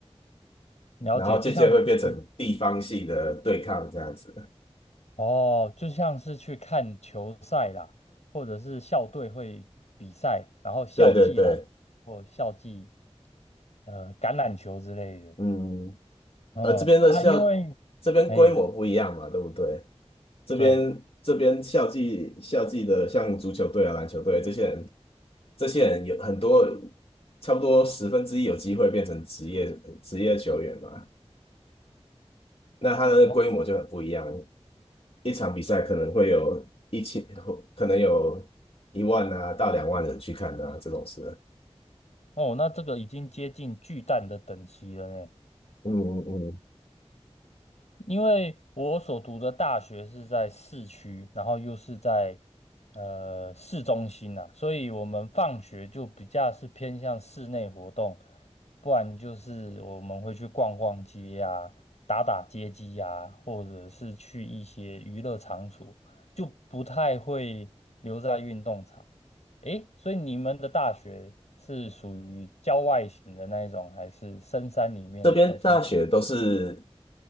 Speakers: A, on the left; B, on the left.
A: 了解，
B: 然后渐渐会变成地方性的对抗这样子。
A: 就像是去哦，就像是去看球赛啦，或者是校队会比赛，然后校际篮或校际
B: 对对对，
A: 呃橄榄球之类的。
B: 嗯，
A: 嗯啊，
B: 呃，这边的校
A: 因为哎，
B: 这边规模不一样嘛，对不对？这边这边校际校际的像足球队啊、
A: 对。
B: 篮球队这些人，这些人有很多，差不多十分之一有机会变成职业职业球员嘛。那它的规模就很不一样。
A: 然后
B: 一场比赛可能会有一千，可能有一万啊到两万人去看啊，这种事。
A: 哦，那这个已经接近巨蛋的等级了呢。
B: 嗯嗯嗯，
A: 因为我所读的大学是在市区，然后又是在呃市中心呐、所以我们放学就比较是偏向室内活动，不然就是我们会去逛逛街呀、打打街机呀、或者是去一些娱乐场所，就不太会留在运动场。诶，所以你们的大学是属于郊外型的那一种，还是深山里面，
B: 这边大学都是，
A: 还是